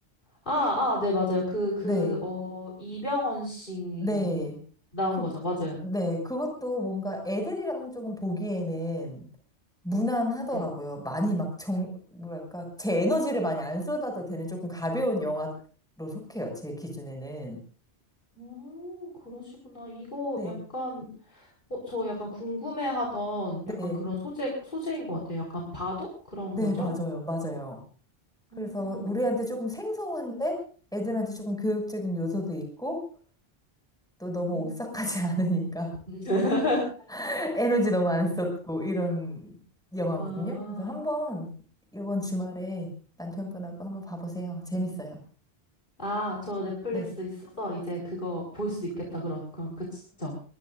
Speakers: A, on the left; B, in the centre.
A: 아, 아, 네, 맞아요. 그, 그,
B: 네,
A: 어, 이병헌 씨
B: 네.
A: 나온
B: 그,
A: 거죠. 맞아요.
B: 네. 그것도 뭔가 애들이랑 조금 보기에는 무난하더라고요.
A: 네.
B: 많이 막 정, 뭐랄까, 제 에너지를 많이 안 쏟아도 되는 조금 가벼운 영화로 속해요. 제 기준에는.
A: 음, 그러시구나. 이거
B: 네.
A: 약간, 어, 저 약간 궁금해하던
B: 네.
A: 약간 그런 소재, 소재인 것 같아요. 약간 바둑? 그런
B: 네,
A: 거죠?
B: 맞아요. 맞아요. 그래서
A: 음,
B: 우리한테 조금 생소한데 애들한테 조금 교육적인 요소도 있고 또 너무
A: 음.
B: 오싹하지 않으니까
A: <laughs>
B: <laughs> 에너지 너무 안 썼고 이런 영화거든요.
A: 아,
B: 그래서 한번 이번 주말에 남편분하고 한번 봐보세요. 재밌어요.
A: 아, 저 넷플릭스
B: 네.
A: 있어서 이제 그거 볼 수 있겠다. 그럼, 그럼, 그쵸?